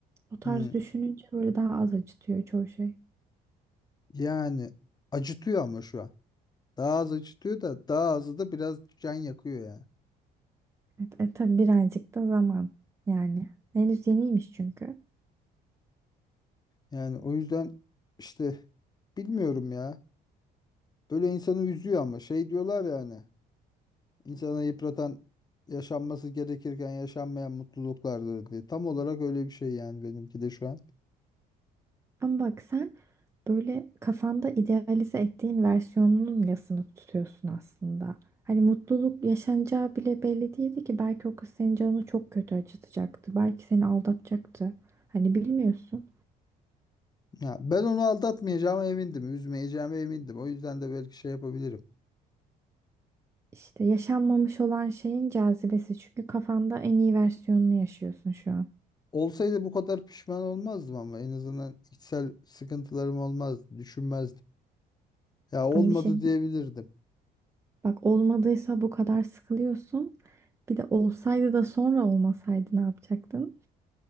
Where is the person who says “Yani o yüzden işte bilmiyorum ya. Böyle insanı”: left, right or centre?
Left